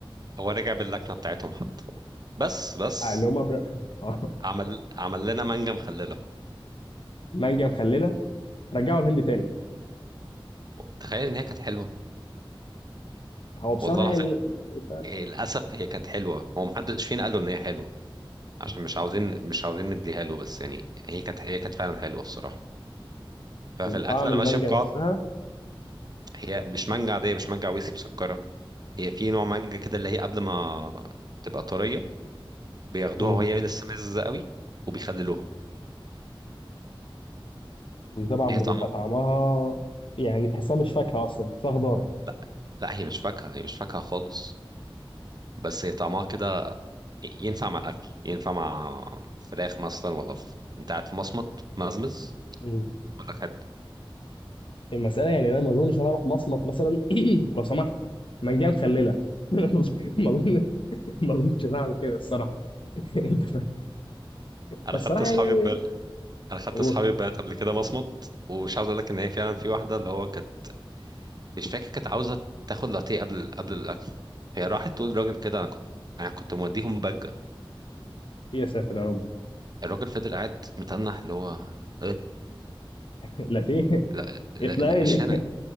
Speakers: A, on the right; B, on the left.
A: هو رجع باللكنه بتاعتهم حتى بس بس
B: اللي هم بر... <laughs>
A: عمل عمل لنا مانجا مخلله
B: مانجا مخلله رجعوا الهند تاني
A: تخيل ان هي كانت حلوه
B: هو بصراحة
A: والله العظيم
B: يعني مش عارف
A: إيه، للاسف هي كانت حلوه هو محدش فينا قال له ان هي حلوه عشان مش عاوزين مش عاوزين نديها له بس يعني هي كانت هي كانت فعلا حلوه الصراحه ففي الاكل
B: طعم
A: انا
B: المانجا
A: ماشي بقاعد
B: نفسها
A: هي مش مانجا عاديه مش مانجا عويسي مسكره هي في نوع مانجا كده اللي هي قبل ما تبقى طريه بياخدوها
B: مم.
A: وهي لسه مزه قوي وبيخللوها
B: ودي طبعا
A: هي
B: بتبقى
A: طعمها
B: طعمها يعني تحسها مش فاكهة أصلا تحسها خضار
A: لا لا هي مش فاكهه هي مش فاكهه خالص بس هي طعمها كده ينفع مع الاكل ينفع مع فراخ مثلا ولا في... انت قاعد في مصمت مزمز
B: مم.
A: اقول لك حتى
B: المسألة يعني أنا ما أظنش أنا هروح مصمت مثلا <clears throat> لو سمحت مانجا مخللة <laughs> ما أظن ما أظنش إن أنا هعمل كده الصراحة <laughs> أنت فاهم
A: انا
B: بس الصراحة
A: خدت اصحابي
B: يعني
A: ببل... انا خدت
B: أوه
A: اصحابي ببلد قبل كده مصمت ومش عاوز اقول لك ان هي فعلا في واحده اللي هو كانت مش فاكر كانت عاوزه تاخد لاتيه قبل قبل الاكل هي راحت تقول للراجل كده انا كنت انا كنت موديهم بجه
B: يا ساتر يا رب
A: الراجل فضل قاعد متنح اللي هو ايه
B: <laughs> لاتيه
A: لا, لا,
B: يطلع
A: لا
B: إيه
A: مش
B: دي
A: هنا
B: <laughs>